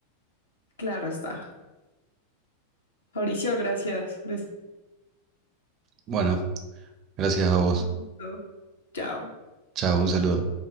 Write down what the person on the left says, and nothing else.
claro está. Mauricio, gracias. Les...
Un gusto. Chao.